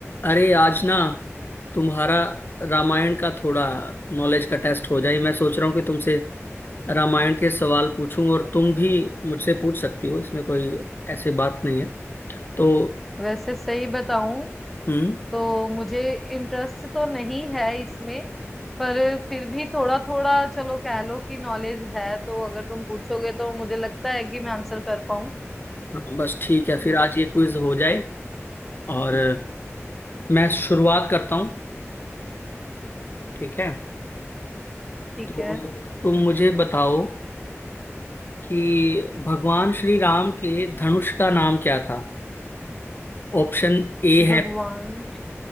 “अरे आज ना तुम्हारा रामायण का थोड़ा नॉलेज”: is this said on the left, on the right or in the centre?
Left